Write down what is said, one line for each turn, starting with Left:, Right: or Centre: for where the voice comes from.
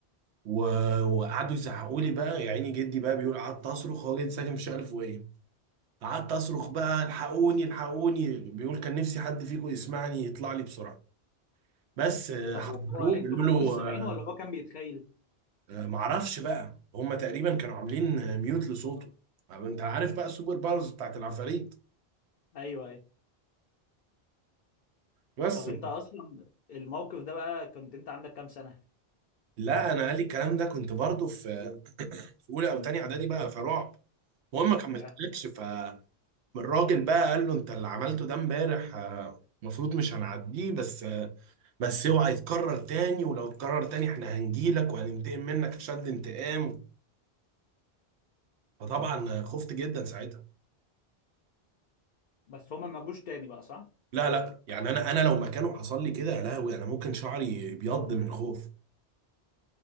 Right: و... وقعدوا يزعقوا لي بقى يا عيني جدي بقى بيقول قعدت اصرخ هو جدي ساكن في الشقه الفوقيه قعدت اصرخ بقى الحقوني الحقوني بيقول كان نفسي حد فيكم يسمعني يطلع لي بسرعه بس آه،
Left: طب
Right: حضروه
Left: وهو انتوا
Right: بيقولوا
Left: ما كنتوش سامعينه
Right: له آه،
Left: ولا هو كان بيتخيل
Right: آه، معرفش بقى هم تقريبا كانوا عاملين ميوت لصوته طب انت عارف بقى السوبر باورز بتاعت العفاريت
Left: ايوه ايوه
Right: بس
Left: طب انت اصلا الموقف ده بقى كنت انت عندك كام سنه
Right: لا انا قال لي الكلام ده كنت برضو في في اولى او تانية اعدادي بقى فرعب وهو ما كملتلكش
Left: يا لهوي
Right: فالراجل بقى قال له انت اللي عملته ده امبارح آه، المفروض مش هنعديه بس آه، بس اوعى يتكرر تاني ولو اتكرر تاني احنا هنجيلك وهننتقم منك شد انتقام فطبعا خفت جدا ساعتها
Left: بس هما ما جوش تاني بقى صح
Right: لا لا يعني انا انا لو مكانه حصل لي كده يا لهوي انا ممكن شعري بيض من الخوف